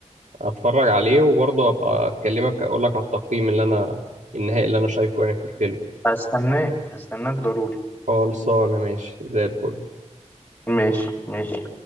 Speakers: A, on the right; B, on the left.
A: اتفرج عليه وبرضه ابقى اكلمك اقول لك على التقييم اللي انا النهائي اللي انا شايفه يعني في الفيلم
B: هستناك هستناك ضروري
A: خلصانه ماشي زي الفل
B: ماشي ماشي